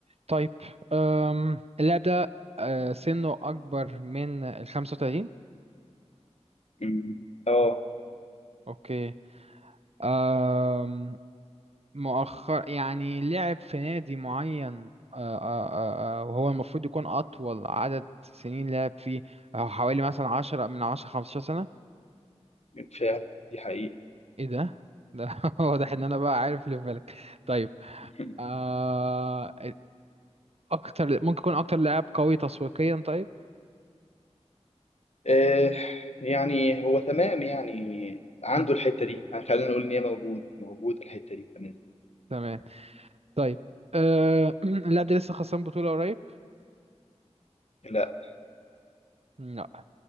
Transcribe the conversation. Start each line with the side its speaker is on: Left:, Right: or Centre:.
Right: طيب أم اللاعب ده آه، سنه اكبر من ال 35
Left: أمم، آه
Right: اوكي آم، مؤخر يعني لعب في نادي معين آه، آه، آه، آه، وهو المفروض يكون أطول عدد سنين لعب فيه آه، حوالي مثلا عشرة من عشرة خمستاشر سنة
Left: بالفعل دي حقيقة
Right: ايه ده؟ ده <laughs> واضح ان انا بقى عارف اللي في بالك طيب
Left: <laughs>
Right: آه، اكتر ممكن يكون اكتر لاعب قوي تسويقيا طيب
Left: إيه يعني هو تمام يعني عنده
Right: مم.
Left: الحتة دي يعني خلينا نقول إن هي موجود موجود الحتة دي تمام
Right: تمام طيب آه، <clears throat> اللاعب ده لسه خسران بطولة قريب؟
Left: لا
Right: لا